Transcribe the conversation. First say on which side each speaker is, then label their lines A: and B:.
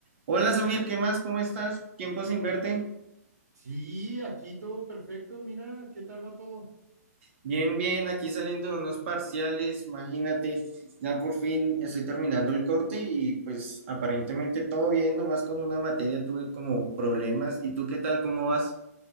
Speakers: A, on the right; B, on the right.
A: Hola Samir, ¿qué más? ¿Cómo estás? Tiempo sin verte.
B: Sí, aquí todo perfecto. Mira, ¿qué tal va todo?
A: Bien, bien, aquí saliendo de unos parciales, imagínate, ya por fin estoy terminando el corte y pues aparentemente todo bien, nomás con una materia tuve como problemas. ¿Y tú qué tal? ¿Cómo vas?